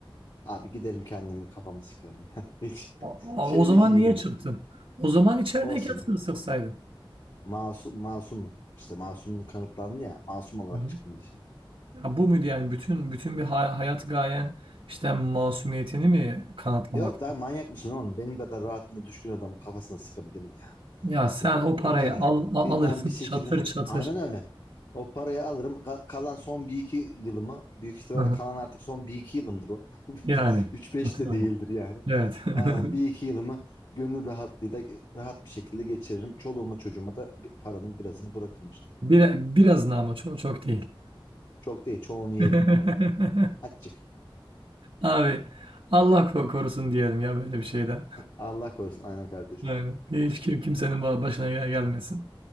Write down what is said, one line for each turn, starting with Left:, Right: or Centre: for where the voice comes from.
Left: Abi giderim kendimi kafamı sıkarım. <laughs> Hiç
Right: A-
Left: şeydeki
Right: O zaman
Left: gibi.
Right: niye çıktın? O zaman içerideyken
Left: Olsun.
Right: sır sıksaydın.
Left: Masum, masumum. İşte masumluk kanıtlandı ya. Masum olarak
Right: Hı hı.
Left: çıktım dışarı.
Right: Ha, bu muydu yani bütün bütün bir hay- hayat gayen işte masumiyetini mi kanıtlamaktı?
Left: Yok lan manyak mısın oğlum? Benim kadar rahatına düşkün adam kafasına sıkabilir mi ya?
Right: Ya sen o
Left: O
Right: parayı
Left: hikaye.
Right: al, a-
Left: Bir,
Right: alırsın
Left: ben bir şekilde
Right: çatır çatır.
Left: aynen öyle. O parayı alırım. Ka- kalan son bir iki yılımı büyük ihtimalle
Right: Hı hı.
Left: kalan artık son bir iki yılımdır o. <laughs>
Right: Yani.
Left: üç beş
Right: Öyle.
Left: de değildir yani.
Right: Evet.
Left: Aynen
Right: <laughs>
Left: bir iki yılımı gönül rahatlığıyla rahat bir şekilde geçiririm. Çoluğuma çocuğuma da bir- paranın birazını bırakırım işte.
Right: Bir biraz ne ama çok çok değil.
Left: Çok değil çoğunu yerim
Right: <laughs>
Left: abi. Açık.
Right: Abi Allah ko- korusun diyelim ya böyle bir şeyden.
Left: Allah korusun aynen kardeşim.
Right: Yani hiç kim, kimsenin ba- başına gel- gelmesin.